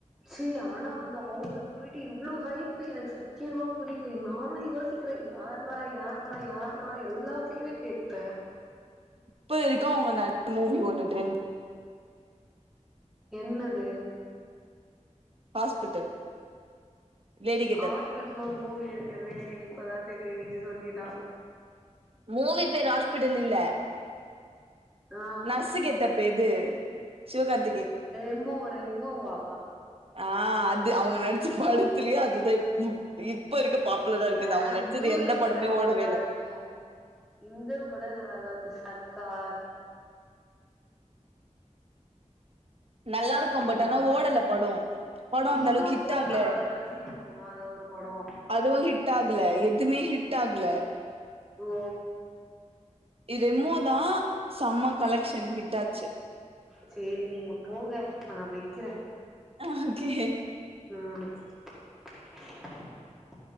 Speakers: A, in the centre; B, on the right (about 50°).
A: செரி ஆனா வந்து அவுங்களுக்கு பேய்ட்டு இவ்ளோ ஹைப்பு எனக்கு சத்தியமா புரியில நானே யோசிக்கிறே யார்ரா யார்ரா யார்ரா எல்லாத்திலியுமே கேட்ப
B: இப்போ இருக்கவுங்க நறைய மூவி ஒண்ணு ட்ரெண்ட்
A: என்னது
B: ஹாஸ்பிட்டல் லேடி கெட்டப்
A: ஹாஸ்பிடல் னு ஒரு மூவி இருக்கறதே எனக்கு இப்பதா தெரியு நீங்க சொல்லிதா
B: மூவி பேர் ஹாஸ்பிட்டல் இல்ல
A: ஆ
B: நர்ஸுக்கேத்த பேர் அது சிவகார்
A: ரெம்மோ ரெமோ வா
B: ஆ அது அவுங்க நடிச்ச படத்துலயே அதுதா இத் இப்ப இருக்கு பாப்புலரா இருக்குது
A: ஏ
B: அவுங்க நடிச்சது
A: இதுல
B: எந்த
A: கூட
B: படமே
A: நல்லாதா
B: ஓடவேல
A: இருக்கு இந்த கூட நல்லாதா இருக்கு சர்க்கார்
B: நல்லா இருக்கூ
A: எங்க
B: பட் ஆனா ஓடல படோ படோ அந்தளவுக்கு
A: இது
B: ஹிட்டாகல
A: கூட நல்லாதா ரஜினி முருகனா அது ஒரு படோ
B: அதுவு ஹிட்டாகல எத் எதுமே ஹிட் ஆக்ல
A: ஓ
B: ரெமோதா செம கலெக்ஷன் ஹிட்டாச்சு
A: சேரி நீங்க போங்க நா வெக்கிற
B: ஆஹ் ஓகே
A: ம்